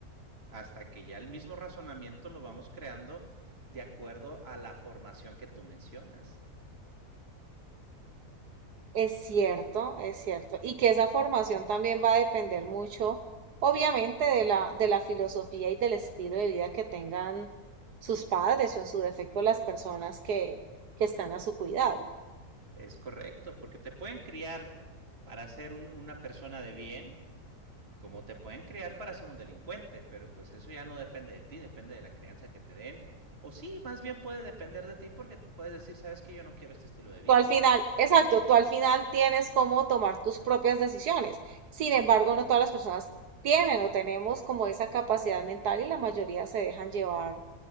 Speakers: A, on the right; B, on the right.
A: hasta que ya el mismo razonamiento lo vamos creando de acuerdo a la formación que tú mencionas.
B: Es cierto, es cierto. Y que esa formación también va a depender mucho, obviamente, de la, de la filosofía y del estilo de vida que tengan sus padres o en su defecto las personas que, que están a su cuidado.
A: Es correcto, porque te pueden criar para ser un- una persona de bien, como te pueden criar para ser un delincuente, pero pues eso ya no depende de ti, depende de la crianza que te den. O sí, más bien puede depender de ti porque puedes decir, sabes que yo no quiero este estilo de vida.
B: Tú al final, exacto, tú al final tienes cómo tomar tus propias decisiones. Sin embargo,
A: Ujú.
B: no todas las personas tienen o tenemos como esa capacidad mental y la mayoría se dejan llevar